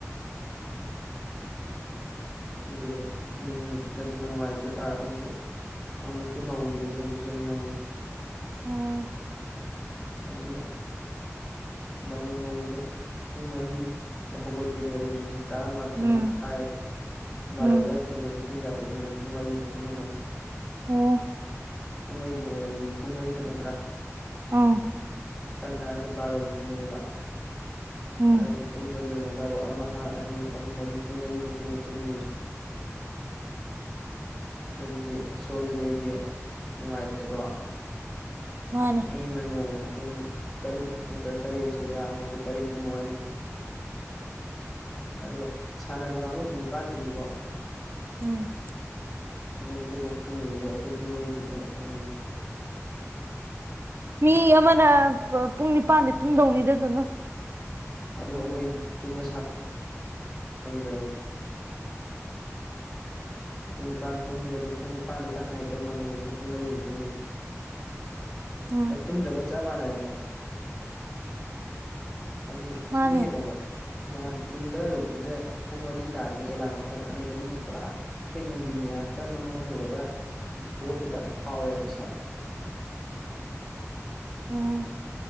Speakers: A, in the centre; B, on the right.
A: ꯑꯗꯨꯕꯨ ꯎꯝ ꯑꯗꯨ ꯅꯨꯡꯉꯥꯏꯇ ꯇꯥꯔꯒꯁꯨ ꯑꯃꯨꯛꯇꯤ ꯍꯧꯔꯤꯕꯅꯦ ꯍꯧꯖꯤꯛꯁꯦ ꯌꯥꯝ ꯅꯧꯅ
B: ꯎꯝ
A: ꯑꯗꯨꯅ ꯂꯧ ꯍꯧꯕꯗꯣ ꯄꯨꯡ ꯃꯔꯤꯗ ꯍꯧꯒꯠꯄꯤꯅꯦꯕ ꯍꯧꯖꯤꯛꯁꯦ ꯇꯔꯥꯃꯥꯊꯣꯏ
B: ꯎꯝ
A: ꯃꯈꯥꯏ ꯕꯥꯔꯣ
B: ꯎꯝ
A: ꯑꯗꯨꯋꯥꯏ ꯇꯝꯃꯗꯤ ꯄꯨꯡ ꯀꯌꯥ ꯇꯨꯝꯃꯤ ꯌꯦꯡꯉꯨ ꯄꯨꯡ ꯃꯔꯤꯈꯛ ꯇꯨꯝꯃꯝꯒꯅꯤ
B: ꯑꯣ
A: ꯄꯨꯡ ꯃꯔꯤꯗ ꯍꯧꯒꯠꯂꯗꯤ ꯄꯨꯡ ꯃꯔꯤꯈꯛ ꯅꯠꯇ꯭ꯔꯥ
B: ꯑꯥ
A: ꯁꯝꯅ ꯍꯥꯏꯔꯕꯗ ꯕꯥꯔꯣꯜꯗ ꯇꯨꯝꯃꯦꯕ
B: ꯎꯝ
A: ꯕꯥꯔꯣꯗ ꯇꯨꯝꯕꯗꯣ ꯌꯦꯡꯉꯨꯛ ꯕꯥꯔꯣ ꯑꯃ ꯑꯅꯤ ꯑꯍꯨꯝ ꯃꯔꯤ ꯄꯨꯡ ꯃꯔꯤ ꯈꯛꯇꯅꯦꯕ ꯇꯨꯝꯃꯤꯁꯦ ꯑꯗꯨꯗꯤ ꯁꯣꯝꯗꯗꯤ ꯑꯩꯗꯤ ꯅꯨꯡꯉꯥꯏꯔꯦ ꯗꯣ
B: ꯃꯥꯅꯦ
A: ꯃꯤ ꯑꯃꯅ ꯅꯣꯡꯃꯗ ꯄꯨꯡ ꯇꯔꯨꯛ ꯅꯠꯇꯔꯥ ꯇꯔꯦꯠꯁꯦ ꯌꯥꯝꯃꯝꯗ ꯇꯔꯦꯠ ꯇꯨꯝꯃꯣ ꯍꯥꯏꯅꯦꯕ ꯑꯗꯣ ꯁꯥꯟꯅꯕ ꯀꯥꯡꯕꯨꯗꯤ ꯅꯤꯄꯥꯟ ꯇꯨꯝꯃꯤꯀꯣ
B: ꯎꯝ
A: ꯃꯣꯏꯗꯤ ꯑꯗꯨꯐꯥꯎ ꯇꯨꯝꯃꯤꯕꯗꯣ ꯑꯩꯈꯣꯏ ꯄꯨꯡ ꯃꯔꯤ ꯇꯨꯝꯈꯠꯂꯛꯂꯕꯅꯦ
B: ꯃꯤ ꯑꯃꯅ ꯄꯨꯡ ꯅꯤꯄꯜꯗꯤ ꯇꯨꯝꯗꯧꯅꯤꯗ ꯑꯗꯨꯅ
A: ꯑꯗꯨ ꯑꯩꯈꯣꯏ ꯇꯨꯝꯕ ꯁꯥꯡꯗ꯭ꯔꯕꯅꯦ ꯄꯨꯡ ꯅꯤꯄꯥꯟ ꯇꯨꯝꯕꯗꯣ ꯄꯨꯡ ꯅꯤꯥꯄꯥꯜꯗꯣ ꯇꯪꯈꯥꯏꯗ ꯇꯨꯝꯃꯝꯅꯦꯕ ꯑꯩꯈꯣꯏ ꯄꯨꯡ ꯃꯔꯤꯅꯤ ꯇꯨꯝꯃꯤꯁꯦ
B: ꯎꯝ
A: ꯇꯨꯡꯗꯕꯒ ꯆꯞ ꯃꯥꯟꯅꯔꯦ ꯍꯥꯏꯕ ꯍꯥꯏꯗꯤ
B: ꯃꯥꯅꯦ
A: ꯁꯨꯝ ꯌꯦꯡꯉꯣꯕ ꯉꯥꯏꯍꯥꯛ ꯇꯨꯝꯊꯔꯨꯕꯗꯨꯗ ꯄꯨꯡ ꯃꯔꯤ ꯇꯥꯔꯦꯅ ꯑꯦꯂꯥꯔꯝ ꯈꯣꯡꯉꯛꯑꯅꯤꯕ ꯑꯗꯨꯗꯤ ꯄꯨꯔꯥ ꯍꯣꯏ ꯅꯨꯡꯊꯤꯟ ꯉꯥꯏꯍꯥꯛꯇ ꯃꯪ ꯃꯪꯉꯨꯔꯒ ꯍꯧꯒꯠꯄꯩ ꯇꯥꯞꯢ ꯐꯥꯎꯔꯦꯕ ꯏꯁꯥꯗꯣ
B: ꯎꯝ